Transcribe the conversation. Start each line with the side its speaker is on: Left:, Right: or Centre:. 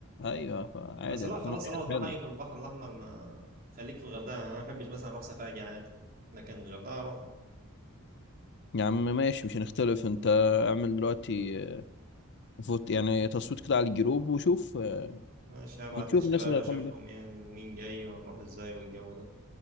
Left: ايوه فعادي
Right: بس لا
Left: هتكون
Right: خلاص
Left: اوبشن
Right: طالما تروح
Left: حلو
Right: حاجه في البحر الاحمر ما خليك في الغردقه انا ما بحبش مثلا اروح سفاجة عادي لكن الغردقه اروحها
Left: يا عم ماشي مش هنختلف انت اعمل دلوقتي آه، فوت يعني تصويت كده على الجروب وشوف آه،
Right: ماشي هبعت
Left: ونشوف
Right: للشباب
Left: الناس اللي
Right: اشوفهم
Left: هتعمل
Right: يعني ومين جاي ونروح ازاي والجو ده